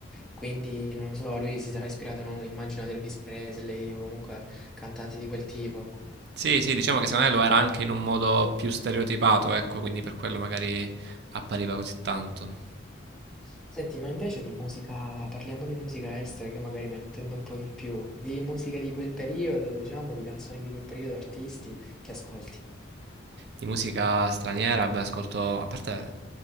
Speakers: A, in the centre; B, on the right.
A: Quindi, non lo so, lui si sarà ispirato, non lo so, immagino ad Elvis Presley o comunque cantanti di quel tipo.
B: Sì, sì, diciamo che secondo me lo era anche in un modo più stereotipato, ecco, quindi per quello magari appariva così tanto.
A: Senti, ma invece di musica, parliamo di musica estera, che io magari me ne intendo un po' di più, di musica di quel periodo, diciamo, di canzoni di quel periodo, artisti che ascolti.
B: Di musica straniera, beh, ascolto, a parte